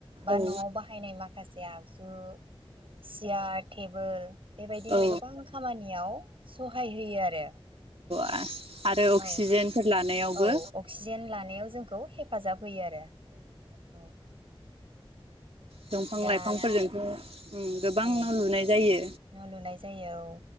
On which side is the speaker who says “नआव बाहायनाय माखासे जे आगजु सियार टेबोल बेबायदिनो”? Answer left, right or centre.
Right